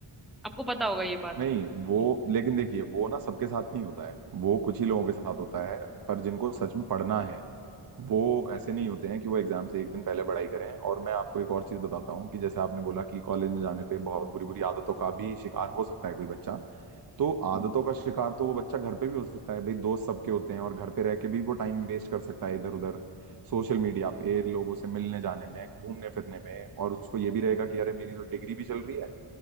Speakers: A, in the centre; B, on the right (about 45°).
A: आपको पता होगा ये बात
B: नहीं वो लेकिन देखिए वो ना सबके साथ नहीं होता है वो कुछ ही लोगों के साथ होता है पर जिनको सच में पढ़ना है वो ऐसे नहीं होते हैं कि वो एग्जाम से एक दिन पहले पढ़ाई करें और मैं आपको एक और चीज बताता हूँ कि जैसे आपने बोला कि कॉलेज में जाने पे बहुत बुरी बुरी आदतों का भी शिकार हो सकता है कोई बच्चा तो आदतों
A: हम्म
B: का शिकार तो वो बच्चा घर पे भी हो सकता है भाई दोस्त सबके होते हैं और घर पे रह के भी वो टाइम वेस्ट कर सकता है इधर उधर सोशल मीडिया पे लोगों से मिलने जाने में घूमने फिरने में और उसको ये भी रहेगा कि अरे मेरी तो डिग्री भी चल रही है